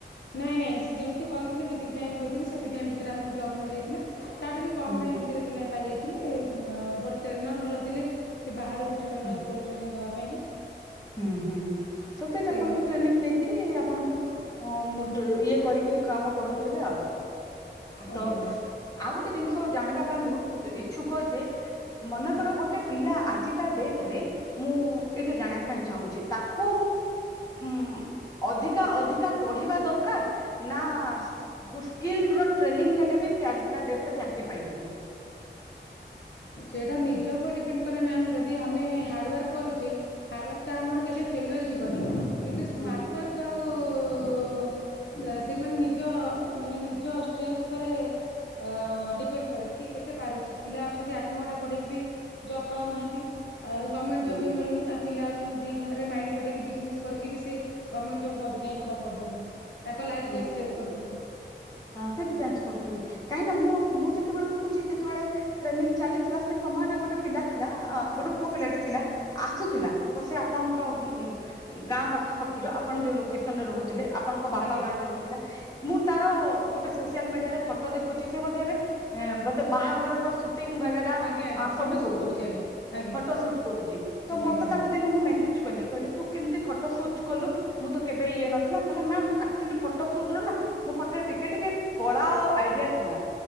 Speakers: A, on the left; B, on the left.
A: ନାଇଁ ନାଇଁ ସେ ଯେମିତି କହିଥିଲେ ଯେତିକି ଟାଇମି କହିଥିଲେ ସେତିକି ଟାଇମି ଭି ଭିତରେ ଆମକୁ ଜବ୍ ମିଳି ଯାଇଥିଲା, ତାଠୁ ବି କମ୍
B: ହୁଁ
A: ଟାଇମ୍ ଭିତରେ ପିଲା ପାଇଯାଇଥି ଥିଲେ ବ ଟ୍ରେନର ଭଲ ଥିଲେ ସେ ବାହାରୁ ଟ୍ରେନର
B: ହୁଁ
A: ଆସିଥିଲେ ଟ୍ରେନିଂଙ୍ଗି ଦେବା ପାଇଁ କା
B: ହୁଁ ହୁଁ ତତେ
A: ସେ
B: ଆପଣଙ୍କୁ ଟ୍ରେନିଂ ଦେଇକିରି ଆପଣ ମୋଟ ଇଏ କରିକିରି କାମ କରୁଥିଲେ ଆଉ
A: ଆଜ୍ଞା
B: ତ
A: ମ୍ୟାମ୍।
B: ଆଉ ଗୋ ଜିନିଷ ଜାଣିବା ପାଇଁ ବହୁତ ଇଛୁକ ଯେ ମନେକର ଗୋଟେ ପିଲା ଆଜିକା ଡେଟ ରେ ମୁଁ ଏଇଟା ଜାଣିବା ଚାହୁଁଛି ତାକୁ ଉଁ ଅଧିକା ଅଧିକା ପଢିବା ଦରକାର ନା କୃଷିକିଲ ଟ୍ରେନି ନେଲେ ବି ସେ ଆଜିକା ଡେଟରେ ଚାକିରୀ ପାଇଯିବ
A: ସେଟା ନିଜେ ଉପ ଉପରେ ଡିପେଣ୍ଡ ରେ ମ୍ୟାମ୍ ଯଦି ଆମେ ହାର୍ଡ଼ୱାର୍କ କରୁଚେ ହାର୍ଡ ୱାର୍କ ଆମର କେବେ ଫେଲୁଅର ଯିବନି। କିନ୍ତୁ ସ୍ମାଟ
B: ହୁଁ
A: ୱାର୍କ ଆଉ ଉଁ ସେମାନେ ନିଜ ମାନେ ନିଜ ଷ୍ଟ୍ରେଥ୍ ଉପରେ ଅଁ ଡିପେଣ୍ଡ କରେ କିଏ କେତେ ପାରୁଛି ପିଲା ଅଛ ନ୍ତି ଆଠ ଘଣ୍ଟା ପଢିକି ବି ଜବ୍ ପାଉନାହାଁନ୍ତି ଆଉ ଗମେଣ୍ଟ
B: ହୁଁ
A: ଜବ୍ ବି ମିଳୁନି ଆ ପିଲା ଅଛନ୍ତି ଦି ଘଣ୍ଟାରେ ମାଇଣ୍ଡ ଖଟେଇକି ବିଜନେସ କରିକି ବି ସେ ଗମେଣ୍ଟ ଜବଠୁ ଅଧିକା ଇନକମ କରିଦଉଛନ୍ତି। ତାଙ୍କ ଲାଇଫ୍
B: ହୁଁ
A: ଷ୍ଟାଇଲ ଚେଞ୍ଜ କରିଦଉଛନ୍ତି।
B: ହଁ ସେଠି ଯାଞ୍ଚ କରୁଛନ୍ତି କାହିଁକି ନା ମୁଁ ମୁଁ ଯେତେବେଳେ କହୁଛି ଯେତେବେଳେ ଟ୍ରେନିଂ ଚାଲିଥିଲା ସେ ସମୟରେ ଗୋଟେ ପିଲା ଥିଲା ଅଁ ଗୋଟେ ପୁଅ ପିଲାଟେ ଥିଲା ଆସୁଥିଲା ତ ସେ ଆପଣଙ୍କର ଉଁ ଉଁ ଗାଁ ପାଖାପାଖିର ଆ ଆପଣ ଯୋଉ ଲୋକେସନରେ ରହୁଥିଲେ ଆପଣଙ୍କ ବାପା
A: ଆଜ୍ଞା
B: ଗାଁ ଯୋଉଠି ଥିଲା ମୁଁ ତାର ସୋସିଆଲ ମିଡିଆରେ ଫଟୋ ଦେଖୁଛି ସେ ବୋଧେ ଏବେ ଏଁ ବୋଧେ ବାହାଘରର ସୁଟ୍ ଟିଙ୍ଗ୍ ବଗେରା
A: ଆଜ୍ଞା ଆଜ୍ଞା ଫଟୋ
B: ସବୁ
A: ସୁଟ୍
B: କରୁଚି
A: କରୁଛି ଆଜ୍ଞା ଆଜ୍ଞା
B: ଫଟୋସୁଟ୍ କରୁଚି ତ
A: ଆଜ୍ଞା
B: ମତେ
A: ଆଜ୍ଞା
B: ତାକୁ ଦିନେ ମୁଁ ମେସେଜ କଲି କହିଲି ତୁ କେମିତି ଫଟୋ ସୁଚ କଲୁ ମୁଁ ତ କେବେ ଇଏ ନ ଥିଲା କହିଲା ମ୍ୟାମ୍ ଆକଚୁଆଲି ଫଟୋ ସୁଟର ନା ମୋ ପାଖରେ ଟିକ୍ ଟିକେ ଟିକେ କଳା ଆଉ ଆଇଡିଆ ଥିଲା।